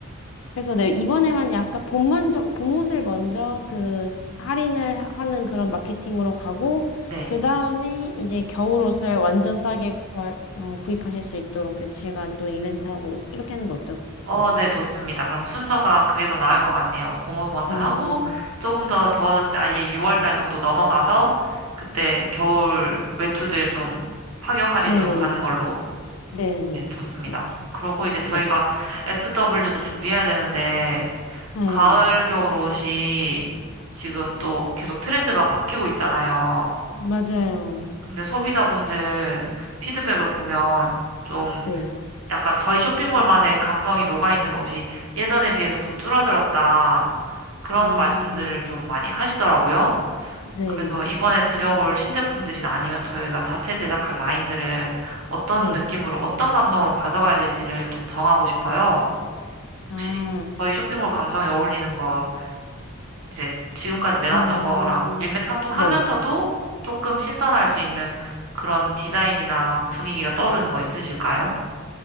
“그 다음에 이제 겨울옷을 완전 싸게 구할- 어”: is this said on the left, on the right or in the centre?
Left